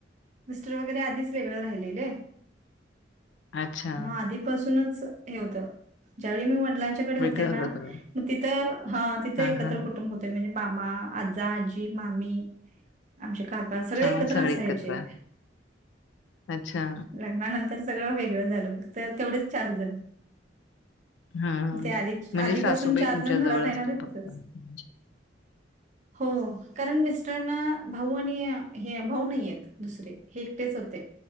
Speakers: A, on the right; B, on the left.
A: मिस्टर वगैरे आधीच वेगळं राहिलेले.
B: अच्छा
A: मग आधीपासूनच हे होतं. ज्यावेळी मी वडिलांच्याकडे
B: वेगळं
A: होते ना,
B: होता तुम्ही.
A: मग तिथं हा तिथं
B: हां,
A: एकत्र
B: हां,
A: कुटुंब होते म्हणजे मामा आजा आजी मामी आमच्या काका सगळे
B: हां
A: एकत्र असायचे
B: एकत्र. अच्छा.
A: लग्नानंतर तर सगळं वेगळं झालं फक्त तेवढेच चार जण
B: हम्
A: ते आधी
B: म्हणजे
A: आधीपासून
B: सासूबाई
A: चार
B: तुमच्या
A: जण
B: जवळ
A: घरात आहे
B: असतात
A: ना ते
B: फक्त
A: तसंच
B: <unintelligible>
A: हो कारण मिस् यानां भाऊ आणि हे भाऊ नाहीयेत दुसरे हे एकटेच होते.